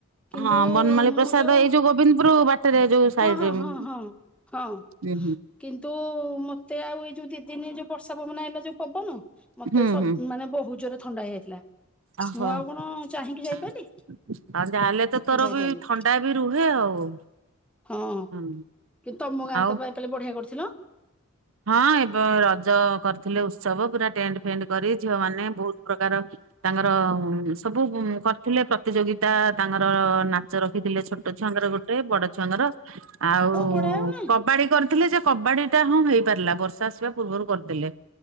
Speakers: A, in the centre; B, on the right.
A: କିନ୍ତୁ
B: ହଁ ବନମାଳୀ
A: ମୁଁ
B: ପ୍ରସାଦ
A: ଯଉ
B: ଏଇ ଯୋଉ ଗୋବିନ୍ଦପୁର ବାଟରେ ଯୋଉ ସାଇଡ
A: ହଁ- ହଁ-
B: ରେ ହୁଁ
A: ହଁ- ହଁ। ହଁ।
B: ହୁଁ
A: କିନ୍ତୁ ମତେ ଆଉ ଏଇ ଯଉ ଦି ଦିନ ଯଉ ବର୍ଷା ପବନ ଆଇଲା ଯଉ ପବନ ମତେ
B: ହୁଁ
A: ସବ୍-
B: ହୁଁ
A: ମାନେ ବହୁତ୍ ଜୋରେ ଥଣ୍ଡା ହେଇଯାଇଥିଲା।
B: ଓହୋ
A: ମୁଁ ଆଉ କଣ ଚାହିଁକି ଯାଇପାରିଲି
B: ଆଉ ଯାହାହେଲେ ତ ତୋର
A: ଯାଇପାରିଲି
B: ବି ଥଣ୍ଡା ବି ରୁହେ ଆଉ।
A: ହଁ କିନ୍ତୁ
B: ହୁଁ
A: ତମ ଗାଁରେ
B: ଆଉ
A: ତ <unintelligible> ବଢିଆ କରୁଥିଲ।
B: ହଁ ଏବେ ରଜ କରିଥିଲେ ଉତ୍ସବ ପୁରା ଟେଣ୍ଡ୍ ଫେଣ୍ଡ୍ କରି ଝିଅ ମାନେ ବହୁତ୍ ପ୍ରକାର ତାଙ୍କର ସବୁ କରିଥିଲେ ପ୍ରତିଯୋଗିତା ତାଙ୍କର ନାଚ ରଖିଥିଲେ ଛୋଟ ଛୁଆଙ୍କର ଗୋଟ୍ ଏ ବଡ ଛୁଆଙ୍କର ଆଉ
A: ବଢିଆ ଆଉ ନାଇଁ
B: କବାଡି କରିଥିଲେ ଯେ କବାଡି ଟା ହଁ ହେଇ ପାରିଲା ବର୍ଷା ଆସିବା ପୂର୍ବରୁ କରିଦେଲେ